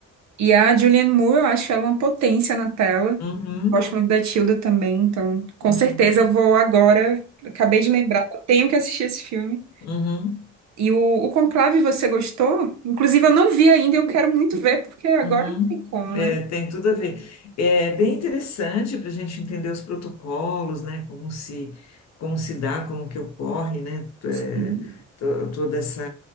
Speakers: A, on the right; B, on the left.
A: E a Julianne Moore, eu acho ela uma potência na tela.
B: Uhum.
A: Gosto muito da Tilda também, então com
B: Uhum.
A: certeza eu vou agora. Acabei de lembrar, eu tenho que assistir esse filme.
B: Uhum.
A: E o, o Conclave, você gostou? Inclusive, eu não vi ainda e eu quero muito ver, porque agora
B: Uhum.
A: não tem como,
B: É,
A: né?
B: tem tudo a ver. É bem interessante para a gente entender os protocolos, né? Como se, como se dá, como que ocorre, né? é,
A: Sim.
B: to- toda essa,